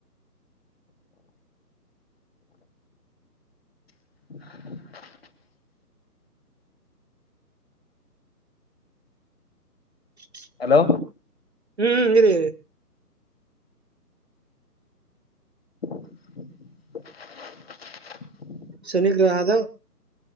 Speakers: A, on the left; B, on the right.
A: <inaudible>
B: ಹ <unintelligible>
A: ಹಲೋ
B: ಹ್ಮ್ ಇರಿ ಇರಿ
A: <unintelligible>
B: ಶನಿಗ್ರಹದ